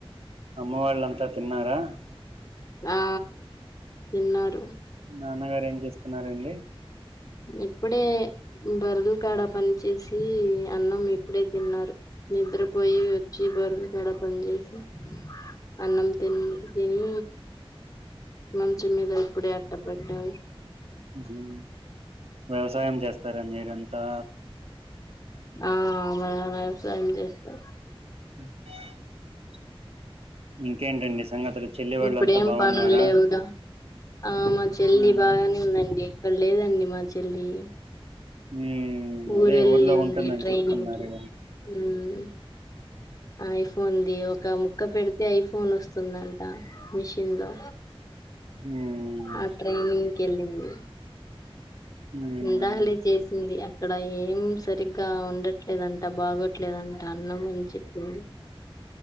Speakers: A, on the right (about 80°); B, on the left (about 35°).
A: అమ్మ వాళ్ళంతా తిన్నారా
B: ఆ తిన్నారు
A: నాన్నగారు ఏం చేస్తున్నారండి
B: ఇప్పుడే బర్ర్లుకాడా పని చేేసి అన్నం ఇప్పుడే తిన్నారు నిద్రపోయి వచ్చి బర్లు క్కడ పని చేసి అన్నం తీన్ తిని మంచె మీద ఇప్పుడే అట్టపెట్టు
A: ఉమ్ వ్యవసాయం చేస్తారా మీరంతా
B: ఆ వ వ్యవసాయం చేస్తారు
A: <inaudible> ఇంకేంటండి సంగతులు చెల్లి వాళ్ళంతా
B: ఇప్పుడేం
A: బాగున్నారా
B: పను లేవుగా ఆ మా చెల్లి
A: ఉమ్
B: బాగానే ఉందండి అక్కడ లేదండి మా చెల్లి
A: ఉమ్
B: ఊరెల్లింది
A: అదే ఊర్లో ఉంటుందని
B: ట్రైనింగ్కిి
A: చెప్తున్నారు
B: ఉమ్ ఐఫోన్ది ఒక ముక్క పెడితే ఐఫోన్ వస్తుందంట మిషిన్ లో
A: ఉమ్
B: ఆ ట్రైనింగ్ కెళ్ళింది
A: ఉమ్
B: ఇందాకలే చేసింది ఇక్కడ ఏం సరిగ్గా ఉండట్లేదంట బాగోట్లేదంట అన్నాం అని చెప్పింది